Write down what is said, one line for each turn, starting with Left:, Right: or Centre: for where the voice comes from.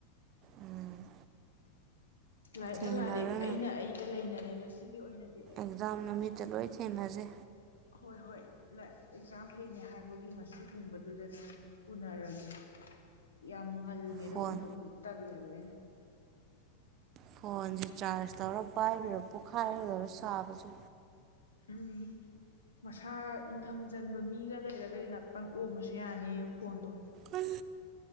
Right: ꯎꯝ
Left: ꯂꯥꯏꯛꯅ
Right: ꯊꯦꯡꯅꯔꯅ
Left: ꯂꯥꯏꯔꯤꯛ ꯑꯩꯅ ꯑꯩꯗ ꯂꯩꯅꯔꯦ ꯉꯁꯤꯒꯤ ꯑꯣꯏꯅꯗꯤ ꯑꯩ
Right: ꯑꯦꯖꯥꯝ ꯅꯨꯃꯤꯠꯇ ꯂꯣꯏ ꯊꯦꯡꯅꯁꯦ
Left: ꯍꯣꯏ ꯍꯣꯏ ꯂ ꯑꯦꯛꯖꯥꯝ ꯍꯩꯅꯦ ꯍꯥꯏꯕꯒꯤ ꯉꯁꯤꯒꯨꯝꯕꯗꯨꯗꯅꯦ ꯎꯅꯔꯒꯦ ꯌꯥꯝ ꯉꯜꯂꯤꯉꯩꯗ
Right: ꯐꯣꯟ
Left: ꯎꯅꯕꯁꯦ ꯇꯜꯂꯦꯕ ꯑꯩꯅ
Right: ꯐꯣꯟꯁꯦ ꯆꯥꯔꯖ ꯇꯧꯔ ꯄꯥꯏꯕꯤꯔꯥ ꯄꯣꯛꯈꯥꯏꯔꯗꯧꯔ ꯁꯥꯕꯁꯦ
Left: ꯎꯝ ꯃꯁꯥ ꯏꯪꯊꯝ ꯆꯟꯕ ꯃꯤꯒ ꯂꯩꯔꯒꯗꯤ ꯉꯍꯥꯛꯇꯪ ꯑꯣꯝꯕꯁꯨ ꯌꯥꯅꯤ ꯐꯣꯟꯗꯣ
Right: ꯑꯥ